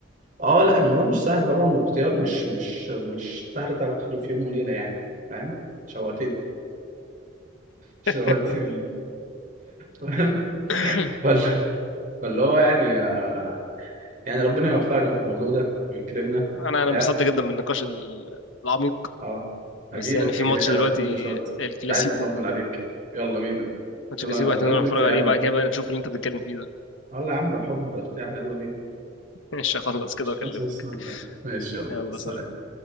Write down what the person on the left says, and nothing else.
<laughs>
<coughs>
انا
انا انبسطت جدا بالنقاش ال- العميق
بس يعني في
ماتش
دلوقتي
الكلاسيكو
ماتش
كلاسيكو هتنزل
نتفرج عليه
بعد كده بقى نشوف اللي انت بتتكلم فيه ده
<laughs> مش هخلص كده
واكلمك
يلا
سلام